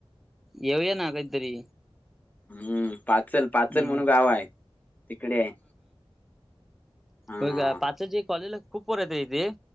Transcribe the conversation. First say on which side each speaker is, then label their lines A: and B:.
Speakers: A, in the centre; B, on the left.
A: येऊया ना काहीतरी
B: हम्म पाचल पाचल
A: हम्म.
B: म्हणून गाव आहे तिकडे आहे. हा
A: हो का पाच ज कॉलेजला खूप पयत आहे तेे